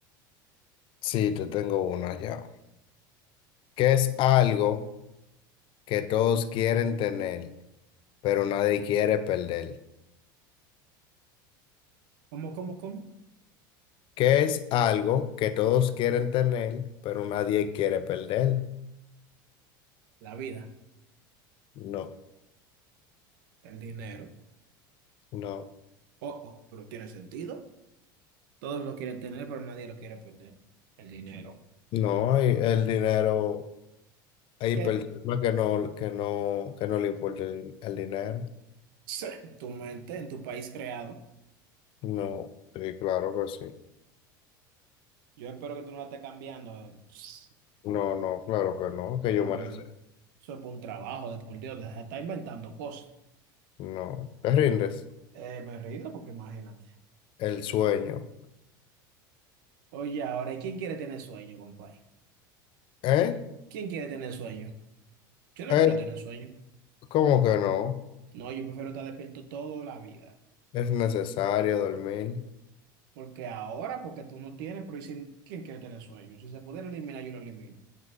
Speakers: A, on the left (about 50°); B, on the right (about 75°).
A: sí, te tengo una ya. ¿Qué es algo que todos quieren tener, pero nadie quiere perder?
B: ¿Cómo, cómo, cómo?
A: ¿Qué es algo que todos quieren tener, pero nadie quiere perder?
B: La vida,
A: No,
B: el dinero.
A: no,
B: Oh, oh, pero tiene sentido. Todos lo quieren tener, pero nadie lo quiere perder. El dinero.
A: no, hay el dinero, hay
B: ¿Qué?
A: personas que no, que no, que no le importa el, el dinero.
B: Sí, En tu mente, en tu país creado.
A: No, sí, claro que sí.
B: Yo espero que tú no lo estés cambiando. eh, pss,
A: No, no, claro que no, que
B: Dios
A: yo me
B: mío.
A: la sé.
B: Eso es por un trabajo, de por Dios. Se está inventando cosas.
A: No, te rindes.
B: Eh, me río porque imagínate.
A: El sueño.
B: Oye, ahora, ¿quién quiere tener sueño, compadre?
A: ¿Eh?
B: ¿Quién quiere tener sueño? Yo no
A: ¿Eh?
B: quiero tener sueño.
A: ¿Cómo que no?
B: No, yo prefiero estar despierto toda la vida.
A: Es necesario dormir.
B: Porque ahora, porque tú no tienes, pero ¿y si- ¿quién quiere tener sueño? Si se pudiera eliminar, yo lo elimino.